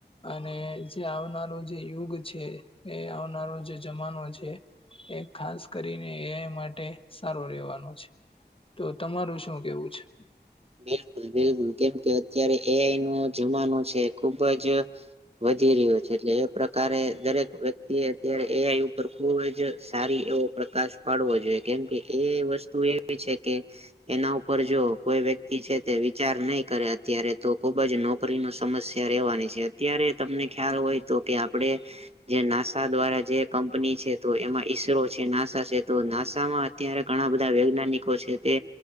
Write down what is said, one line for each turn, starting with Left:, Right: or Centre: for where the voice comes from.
Left: અને જે આવનારું જે યુગ છે એ આવનારો જે જમાનો છે એ ખાસ કરીને એઆઈ માટે સારો રેવાનો છે તો તમારું શું કેવું છે
Right: બિલકુલ બિલકુલ કેમ કે અત્યારે એ આઈ નો જમાનો છે ખુબ જ વધી રહ્યો છે એટલે એ પ્રકારે દરેક વ્યક્તિ એ અત્યારે એ આઈ ઉપર ખુબ જ સારી એવો પ્રકાશ પાડવો જોઈએ કેમ કે એ વસ્તુ એવી છે કે એના ઉપર જો કોઈ વ્યક્તિ છે તે વિચાર નય કરે અત્યારે તો ખુબ જ નોકરી ની સમસ્યા રહેવાની છે. ત્યારે તમને ખ્યાલ હોય તો કે આપડે જે નાસા દ્વારા જે કંપની છે તો એમાં ઈસરો છે, નાસા છે તો નાસામાં જ ત્યારે ઘણા બધા વૈજ્ઞાનિકો છે તે